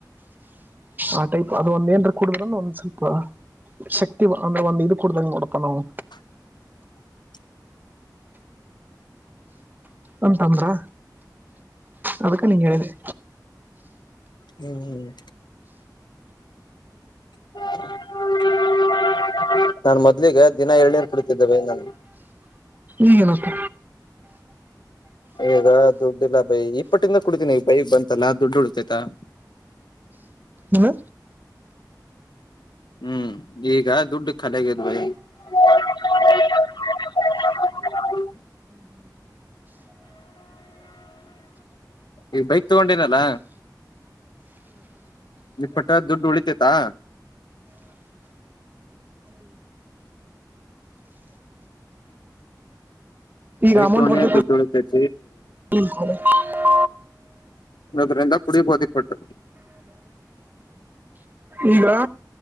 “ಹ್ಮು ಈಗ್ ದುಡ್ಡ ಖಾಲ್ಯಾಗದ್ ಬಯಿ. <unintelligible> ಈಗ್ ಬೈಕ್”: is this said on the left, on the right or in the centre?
Left